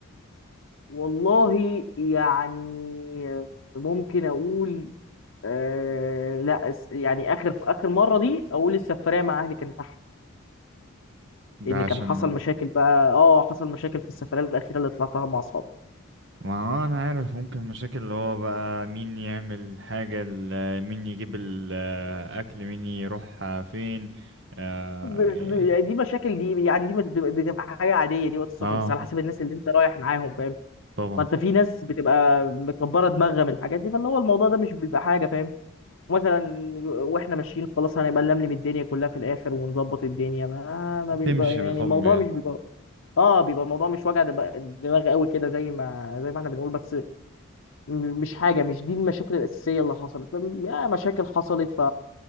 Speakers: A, on the left; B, on the right.
A: والله يعني ممكن اقول آه لا أس- يعني اخر اخر مره دي اقول السفريه مع اهلي كانت
B: ده
A: لان
B: عشان
A: كان حصل مشاكل بقى اه حصل مشاكل في السفريه الاخيره اللي طلعتها مع اصحابي
B: ما انا عارف ممكن مشاكل اللي هو بقى مين يعمل حاجة ال- مين يجيب الاكل مين يروح فين اه
A: ب-
B: إيه.
A: ب- يعني دي مشاكل دي يعني دي بتبقى بتبقى حاجه عاديه دي وقت السفر
B: آه،
A: بس على حسب الناس اللي انت رايح معاهم فاهم
B: طبعا
A: ما انت في ناس بتبقى مكبره دماغها من الحاجات دي فاللي هو الموضوع ده مش بيبقى حاجه فاهم ومثلا واحنا ماشيين خلاص هنبقى نلملم الدنيا كلها في الاخر ونظبط الدنيا ما, ما بيبقى
B: تمشي
A: يعني
B: بالحب
A: الموضوع
B: يعني
A: مش بيبقى اه بيبقى الموضوع مش وجع دب- دماغ قوي كده زي ما زي ما احنا بنقول بس م- مش حاجه مش دي المشاكل الاساسيه اللي حصلت فاهم؟ يا مشاكل حصلت ف